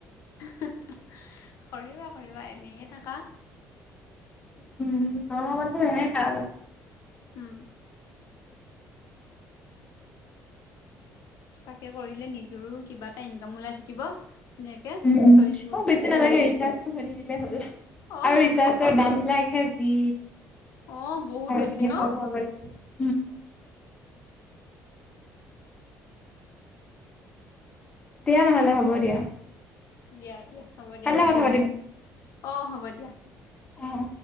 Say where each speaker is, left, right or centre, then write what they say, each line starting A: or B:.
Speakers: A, on the left; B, on the left.
A: কৰিবা, কৰিবা এনেয়ে থাকা
B: উম, অ', <unintelligible>
A: হম। তাকে কৰিলে নিজৰো কিবা এটা ইনকাম ওলাই থাকিব ধুনীয়াকে
B: উ,
A: চলি থাকিব
B: মোক
A: পাৰিবা
B: বেছি নালাগে ৰিচাৰজটো ভাল দিলে হ'ল
A: অ',
B: আৰু ৰিচাৰজৰ দাম বিলাক ভি
A: অ', বহুত
B: চাৰে
A: হৈছে
B: <unintelligible>
A: ন?
B: দিয়া নহলে হ'ব দিয়া
A: দিয়া, দিয়া হ'ব দিয়া,
B: কাইলৈ
A: নহলে
B: কথা
A: অ', হ'ব দিয়া
B: আহ।